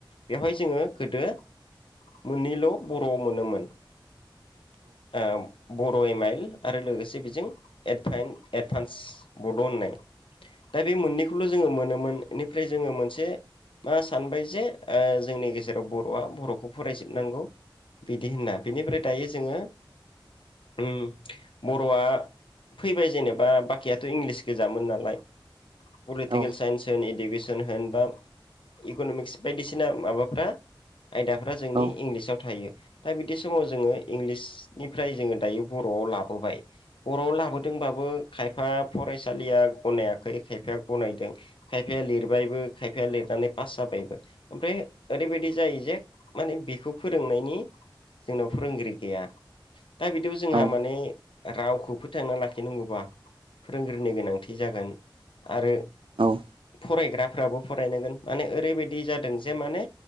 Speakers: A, on the left; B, on the right.
A: बेवहाय जोङो गोदो मोननैल' बर' मोनोमोन ओम बर' एमाइल आरो लोगोसे बेजों एदभेन्द-एडभान्स बड' होननाय दा बे मोननैखौल' जोङो मोनोमोन एनिफ्राय जोङो मोनसे मा सानबाय जे ओ जोंनि गेजेराव बर'आ बर'खौ फरायजोबनांगौ बिदि होनना बिनिफ्राय दायो जोङो उम बर'आ फैबाय जेनेबा बाखिया थो इंलिस गोजामोन नालाय पलिटिकेल
B: औ
A: साइन्स होन इडुकेसन होन बा इक'न'मिक्स बायदिसिना माबाफ्रा आयदाफ्रा
B: औ
A: जोंनि
B: औ
A: इंलिसाव थायो दा बिदि समाव जोङो
B: औ
A: इंलिसनिफ्राय जोङो दायो बर' आव लाबोबाय बर'आव लाबोदोंबाबो खायफा फरायसालिया गनायाखै खायफाया गनायदों खायफाया लिरबायबो खायफाया लिरनानै पास जाबायबो ओमफ्राय ओरैबायदि जायो जे माने बेखौ फोरोंनायनि जोंनाव फोरोंगिरि गैया दा बिदियाव जोंहा
B: औ
A: माने रावखौ फोथांना लाखिनांगौबा फोरोंगिरिनि गोनांथि जागोन आरो
B: औ
A: फरायग्राफ्राबो फरायनांगोन माने ओरैबायदि जादों जे माने